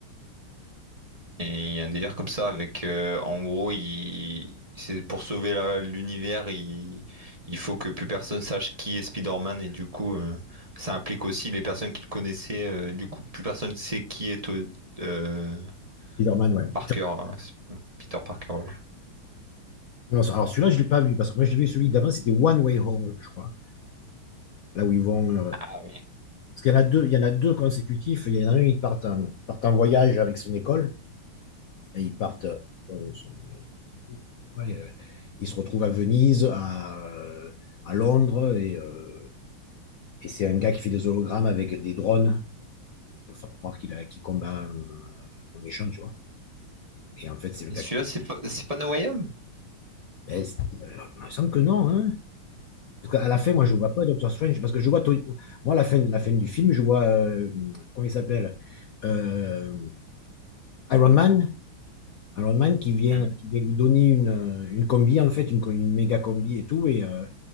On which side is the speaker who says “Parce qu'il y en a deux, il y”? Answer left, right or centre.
Left